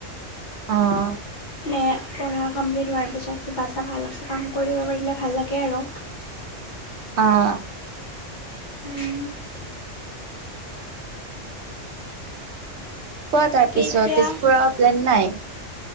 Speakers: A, on the right; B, on the left.
A: অ'হ।
B: নে পঢ়া কমপ্লিট হোৱাৰ পিছত কিবা এটা ভাল কাম কৰিব পাৰিলে ভাল লাগে আৰু।
A: অ'হ।
B: বাকী
A: কোৱা তাৰ পিছত
B: এতিয়া
A: তেজপুৰৰ প্লেন নাই?